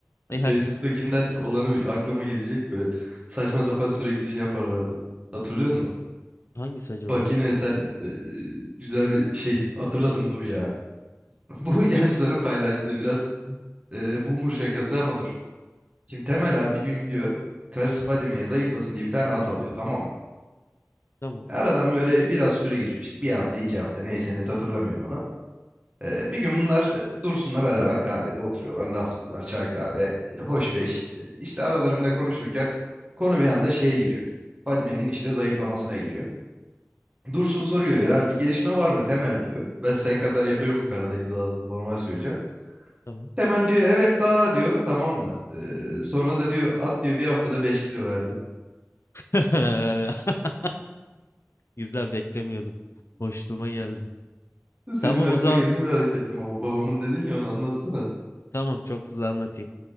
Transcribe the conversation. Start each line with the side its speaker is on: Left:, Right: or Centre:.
Left: Ay hadi.
Right: Facebook'takinden olanı bir aklıma gelecek böyle. Saçma sapan sürekli şey yaparlardı. Hatırlıyor musun?
Left: Hangisi acaba?
Right: Bak yine sen ee, güzel bir şey hatırladım dur ya. <laughs> Bu yaşların paylaştığı biraz ee, boomer şakası ama dur. Şimdi Temel abi bir gün gidiyor. Karısı Fadime'ye zayıflasın diye bir tane at alıyor tamam mı?
Left: Tamam.
Right: Aradan böyle biraz süre geçiyor işte. Bir hafta iki hafta neyse net hatırlamıyorum onu. Ee, bir gün bunlar e, Dursun'la beraber kahvede oturuyorlar, laflıyorlar, çay kahve, e, hoş beş. E, İşte aralarında konuşurken konu bir anda şeye giriyor. Fadime'nin işte zayıflamasına geliyor. Dursun soruyor ya bir gelişme var mı Temel diyor. Ben sen kadar yapıyorum Karadeniz ağzını normal söyleyeceğim.
Left: Tamam.
Right: Temel diyor evet daha diyor tamam mı? Ee, sonra da diyor at diyor bir haftada 5 kilo verdi.
Left: <laughs> Güzel beklemiyordum. Boşluğuma geldi.
Right: Senin
Left: Tamam
Right: aklına
Left: o zaman.
Right: geleni merak ettim ama babamın dedin ya onu anlatsana.
Left: Tamam çok hızlı anlatayım.